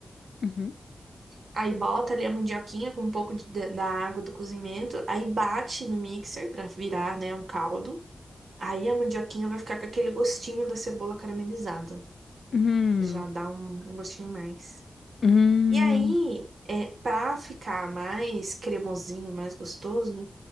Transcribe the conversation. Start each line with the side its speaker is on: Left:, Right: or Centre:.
Left: uhum,
Right: Aí bota ali a mandioquinha com um pouco de- da da água do cozimento, aí bate no mixer pra virar, né, um caldo. Aí a mandioquinha vai ficar com aquele gostinho da cebola caramelizada.
Left: uhum,
Right: Já dá um, um gostinho a mais.
Left: uhum,
Right: E aí, é, para ficar mais cremosinho, mais gostoso,